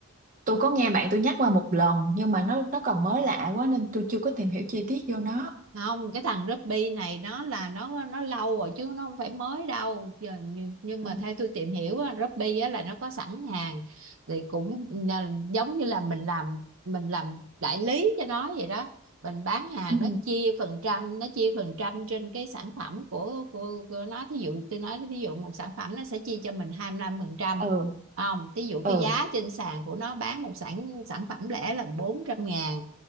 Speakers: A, on the right; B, on the right.
A: tôi có nghe bạn tôi nhắc qua một lần nhưng mà nó nó còn mới lạ quá nên tôi chưa có tìm hiểu chi tiết vô nó
B: không cái thằng Ruby này nó là nó nó lâu rồi chứ nó không phải mới đâu giờ nhưng, nhưng
A: ừ
B: mà theo tôi tìm hiểu á, Ruby á là nó có sẵn hàng thì cũng là, giống như là mình làm mình làm đại lý cho nó vậy đó mình bán hàng
A: ừ
B: nó chia phần trăm nó chia phần trăm trên cái sản phẩm của của, của nó thí dụ tôi nói thí dụ một sản phẩm nó sẽ chia cho mình 25 phần trăm
A: ừ
B: không thí dụ cái
A: ừ
B: giá trên sàn của nó bán một sản sản phẩm lẻ là 400 ngàn